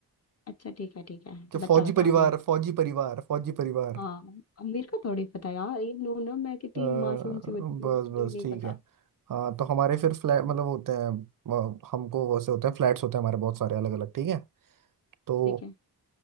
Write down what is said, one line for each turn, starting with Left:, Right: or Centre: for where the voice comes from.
Left: अच्छा ठीक है ठीक है
Right: कि
Left: बता
Right: फौजी
Left: बता
Right: परिवार
Left: आगे बता
Right: फौजी परिवार फौजी परिवार
Left: हाँ
Right: <laughs>
Left: अब मेरे को थोड़ी पता यार ये नो ना मैं कितनी
Right: अ,
Left: मासूम
Right: बस
Left: सी बच्ची हूँ मुझे
Right: बस
Left: नहीं
Right: ठीक
Left: पता
Right: है हाँ तो हमारे फिर फ्लैट मतलब होते हैं अ, हमको वैसे होते हैं फ्लैट्स होते हैं हमारे बहुत सारे अलग अलग ठीक है तो
Left: ठीक है